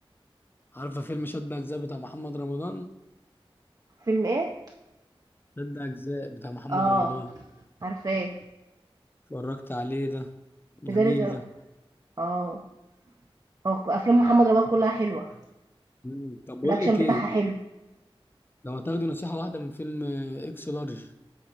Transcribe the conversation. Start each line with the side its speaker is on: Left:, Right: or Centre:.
Left: عارفة فيلم شد أجزاء بتاع محمد رمضان؟
Right: فيلم ايه
Left: شد أجزاء بتاع محمد
Right: اه
Left: رمضان
Right: عارفاه
Left: اتفرجت عليه ده
Right: لذلك
Left: جميل ده
Right: اه هو افلام محمد رمضان كلها حلوة
Left: امم طب بقول
Right: الاكشن
Left: لك
Right: بتاعها
Left: ايه؟
Right: حلو
Left: لو هتاخدي نصيحة واحدة من فيلم اكس لارج